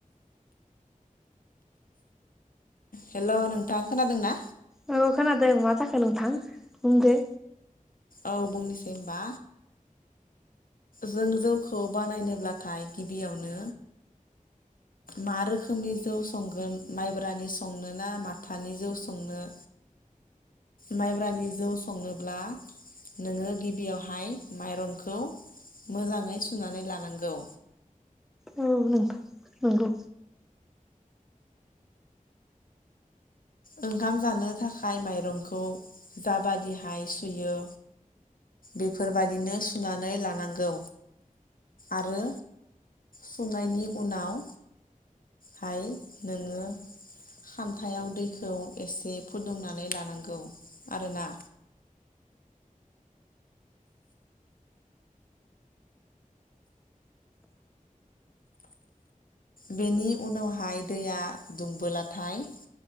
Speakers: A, on the left; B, in the centre.
A: हेल' नोंथां खोनादोंना
B: औ खोनादों मा जाखो नोंथां बुंदो।
A: औ बुंनोसै होनबा। जों जौखौ बानायनोब्लाथाय गिबियावनो मा रोखोमनि जौ संगोन माइब्रानि संनो ना माथानि जौ संनो माइब्रानि जौ संनोब्ला नोङो गिबियावहाय माइरंखौ मोजाङै सुनानै लानांगौ।
B: औ नोंथां नंगौ।
A: ओंखाम जानो थाखाय माइरंखौ जाबादिहाय सुयो बेफोरबादिनो सुनानै लानांगौ आरो सुनायनि उनाव हाय नोङो खानथायाव दैखौ खौ एसे फुदुंनानै लानांगौ आरोना। बेनि उनावहाय दैया दुंबोलाथाय